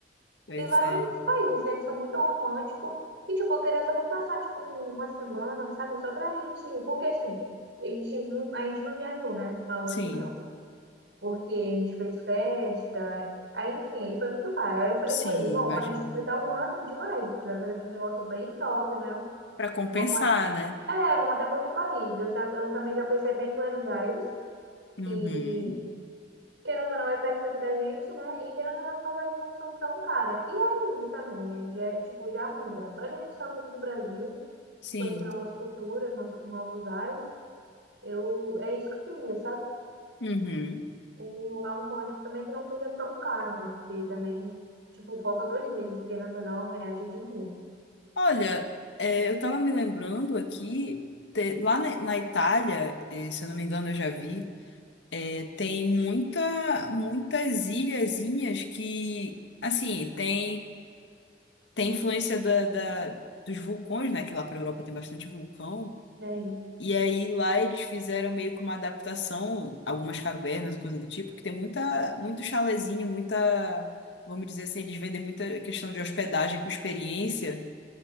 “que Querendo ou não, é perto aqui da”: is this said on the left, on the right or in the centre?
Right